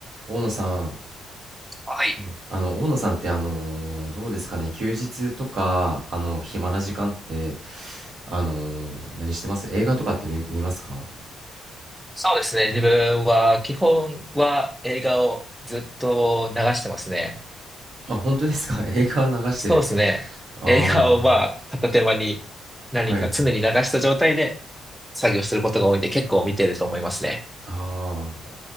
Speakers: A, on the right; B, in the centre.
A: 大野さん、
B: はい。
A: はい、あの、大野さんって、あのーどうですかね、休日とか、あの、暇な時間って、あのー何してます映画とかって見、見ますか
B: そうですね。自分は、基本は映画をずっと流してますね。
A: あ、本当ですか <laughs> 映画流してる。
B: そうですね。
A: ああ、
B: 映画をまあ、片手間に何か常に流した状態で
A: はいはい。
B: 作業することが多いんで、結構見てると思いますね。
A: ああ、